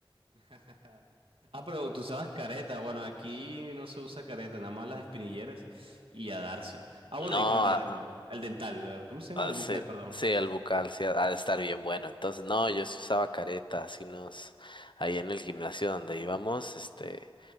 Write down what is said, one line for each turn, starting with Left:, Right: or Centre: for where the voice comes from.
Right: <laughs> Ah, pero tú usabas careta. Bueno, aquí no se usa careta, nada más las espinilleras y a darse. Ah, bueno,
Left: No,
Right: y claro, el, el dental. eh, ¿Cómo se llama?
Left: Ah,
Right: El bucal,
Left: sí,
Right: perdón.
Left: sí, el bucal, sí, ha ha de estar bien bueno. Entonces, no, yo sí usaba careta, así nos, ahí en el gimnasio donde íbamos, este,